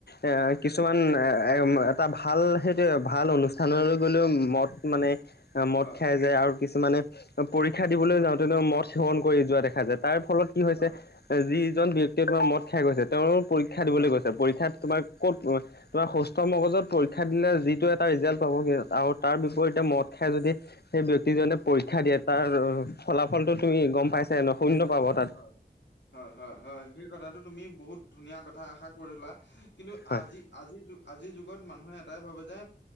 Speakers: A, on the left; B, on the left.
A: এ কিছুমান এ এ এটা ভাল সে এই ভাল অনুষ্ঠানলৈ গ'লেও মদ মানে মদ
B: হয়
A: খাই যায় আ কিছুমানে পৰীক্ষা দিবলৈ যাওঁতে ন মদ সেৱন কৰি যোৱা দেখা যায় তাৰ ফলত কি হৈছে,
B: হয়
A: যিজন ব্যক্তিয়ে তোমাৰ মদ খাই গৈছে তেওঁ পৰীক্ষা দিবলৈ
B: হয়
A: গৈছে পৰীক্ষাত তোমাৰ ক'ত তোমাৰ সুস্থ মগজত পৰীক্ষা দিলে যিটো এটা ৰিজাল্ট পাব আৰু তাৰ
B: হয়
A: বিপৰীতে মদ খাই যদি সেই ব্যক্তিজনে পৰীক্ষা দিয়ে তাৰ ফলাফলটো সি গম পাইছাই ন শূন্য পাব তা
B: হয় হয় হয় সেই কথাটো তুমি বহুত ধুনীয়া কথা এষাৰ কৰিলা, কিন্তু
A: হয়
B: আজি আজি যুগ আজিৰ যুগত মানুহে এটাই ভাবে যে